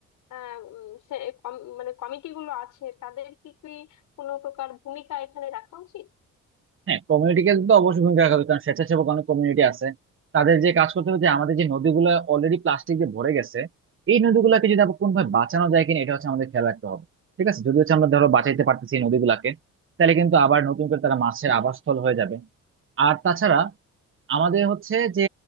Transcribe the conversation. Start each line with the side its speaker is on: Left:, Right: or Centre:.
Left: আহ, উম, সে- কম- মানে কমিটিগুলো আছে তাদের কি কি কোনো প্রকার ভূমিকা এখানে রাখা উচিত
Right: হ্যাঁ কমিউনিটিকে তো অবশ্যই ভূমিকা রাখা হবে কারণ স্বেচ্ছাসেবক অনেক কমিউনিটি আছে তাদের যে কাজ করতে হবে যে আমাদের যে নদীগুলো অলরেডি প্লাস্টিক দিয়ে ভরে গেছে এই নদীগুলোকে যদি আবার কোনোভাবে বাঁচানো যায় কিনা এটা হচ্ছে আমাদের খেয়াল রাখতে হবে ঠিক আছে যদি হচ্ছে আমরা ধরো বাঁচাইতে পারতেছি এই নদীগুলাকে তাহলে কিন্তু আবার নতুন করে তারা মাছের আবাসস্থল হয়ে যাবে আর তাছাড়া আমাদের হচ্ছে যে